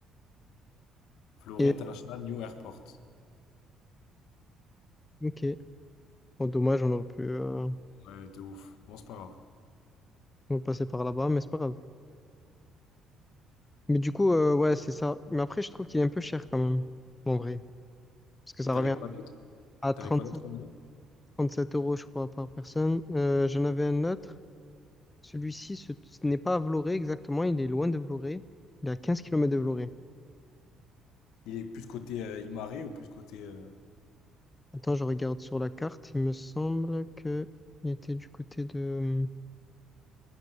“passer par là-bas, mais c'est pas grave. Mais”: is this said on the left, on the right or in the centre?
Left